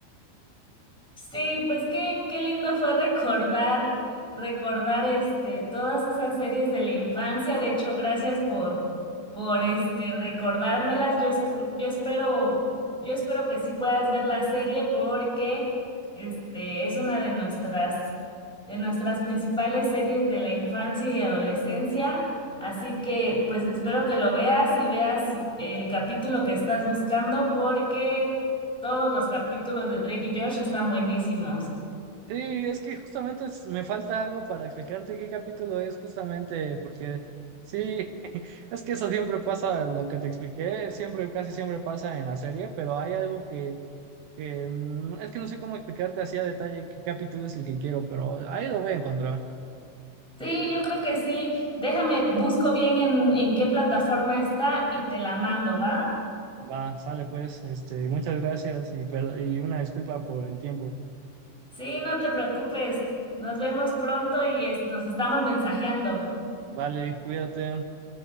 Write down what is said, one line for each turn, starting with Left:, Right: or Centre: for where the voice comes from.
Centre: Sí, pues qué, qué lindo fue recordar, recordar este, todas esas series de la infancia. De hecho, gracias por, por este, recordármelas. Yo, es- yo espero, yo espero que sí puedas ver la serie porque este, es una de nuestras, de nuestras principales series de la infancia y adolescencia. Así que, pues espero que lo veas y veas el capítulo que estás buscando porque todos los capítulos de Drake y Josh están buenísimos.
Right: Sí, es que justamente es- me falta algo para explicarte qué capítulo es justamente, porque sí, <laughs> es que eso siempre pasa, lo que te expliqué, siempre, casi siempre pasa en la serie, pero hay algo que, que mm, es que no sé cómo explicarte así a detalle qué capítulo es el que quiero, pero ahí lo voy a encontrar.
Centre: Sí, yo creo que sí. Déjame, busco bien en, en qué plataforma está y te la mando, ¿va?
Right: Va, sale pues, este, muchas gracias y, per- y una disculpa por el tiempo.
Centre: Sí, no te preocupes. Nos vemos pronto y es- nos estamos mensajeando.
Right: Vale, cuídate,